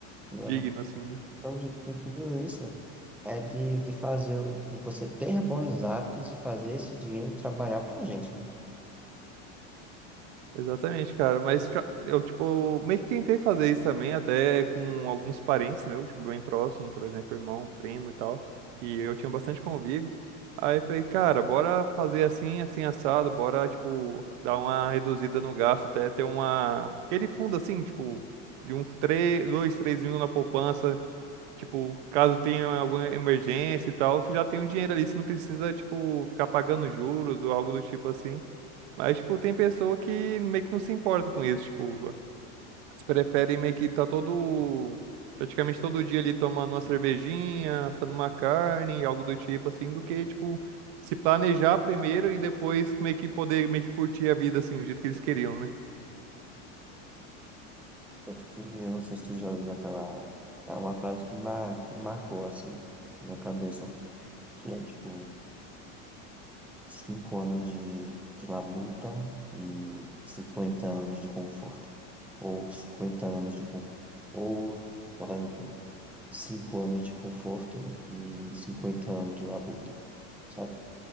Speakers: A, in the centre; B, on the right.
A: de levan-
B: digno, assim. né?
A: então de, de tudo isso, é de, de fazer, o- de você ter bons hábitos e fazer esse dinheiro trabalhar pra gente, né?
B: Exatamente, cara. Mas já- eu, tipo, meio que tentei fazer isso também, até com alguns parentes meus, tipo, bem próximo, por exemplo, irmão, primo e tal. E eu tinha bastante convívio. Aí eu falei, cara, bora fazer assim, assim, assado, bora, tipo, dar uma reduzida no gasto, até ter uma. Aquele fundo assim, tipo, de uns três dois três mil na poupança. Tipo, caso tenha alguma emergência e tal, você já tem um dinheiro ali, você não precisa, tipo, ficar pagando juros ou algo do tipo assim. Mas, tipo, tem pessoa que meio que não se importa com isso, tipo, eles preferem meio que tá todo, praticamente todo dia ali tomando uma cervejinha, fazendo uma carne, algo do tipo assim, do que, tipo, se planejar primeiro e depois meio que poder meio que curtir a vida, assim, do jeito que eles queriam, né?
A: Tanto que eu não sei se tu já ouviu aquela, é uma frase que, mar, que marcou assim, na minha cabeça, que é tipo Cinco anos de, de labuta e 50 anos de conforto. Ou 50 anos de conforto. Ou, por exemplo, cinco anos de conforto e 50 anos de labuta, sabe?